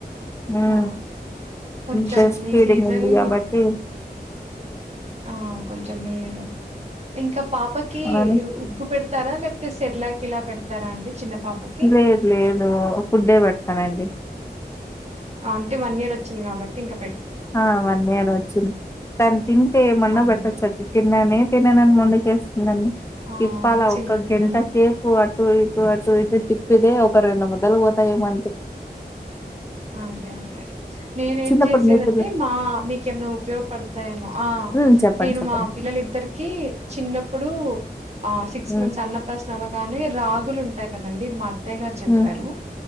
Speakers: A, on the left (about 15°); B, on the right (about 40°).
A: హ్మ్
B: ఆ కొంచెం
A: హ్మ్
B: ఈ సీజన్ ఆ కొంచెం మీరు ఇంకా పాపకి
A: అవును
B: ఉగ్గు పెడి తారా లేకపోతే సెరిలాక్ ఇలా పెడతారా అండి చిన్న పాపకి?
A: లేదు లేదు ఫుడ్డే పెడతానండి
B: అంటే వన్ ఇయర్ వచ్చింది కాబట్టి ఇంక
A: ఆ వన్ ఏడ వచ్చింది తాను తింటే మళ్ళ
B: అవును.
A: పెట్టొచ్చది తిననే తిననని మొండి ఎస్
B: ఆ!
A: తిప్పాల
B: చిన్న
A: ఒక్క
B: పిల్లలం
A: గంట సేపు అటు ఇ చూ చూ ఇ తిప్పితే ఒక రెండు ముద్దలు పోతాయోమో అంతే
B: అదే అదే నేనేం
A: చిన్నప్పుడు
B: చేసేద
A: మీ పిల్ల
B: అంటే మా మీకేమన్నో ఉపయోగపడతాయేమో ఆ
A: ఉమ్ చెప్పండి
B: నేను
A: చెప్పండి
B: మా పిల్లలు ఇద్దరికీ చిన్నప్పుడు ఆ సిక్స్
A: ఉమ్
B: మంత్స్ అన్నప్రాసన అవ్వగానే రొ రాగులు ఉంటాయి కదండి ఇది మా అత్తయ్య గారు చెప్పారు
A: ఉమ్